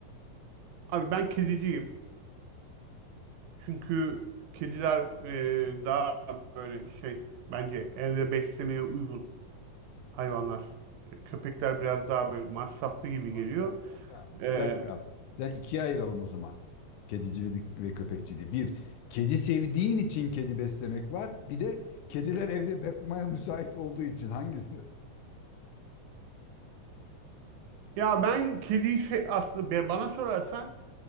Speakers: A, on the right; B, on the left.
A: Abi ben kediciyim. Çünkü kediler e, daha böyle şey bence evde beslemeye uygun. hayvanlar. E, Köpekler biraz daha böyle masraflı gibi
B: Abi
A: geliyor.
B: bak bir dakika.
A: Ee,
B: Bir dakika. Sen ikiye ayıralım o zaman. Kedicilik ve köpekçiliği. Bir, kedi sevdiğin için kedi beslemek var. Bir de kediler evde bakmaya müsait olduğu için hangisi?
A: ya ben kediyi se- aslında be- bana sorarsan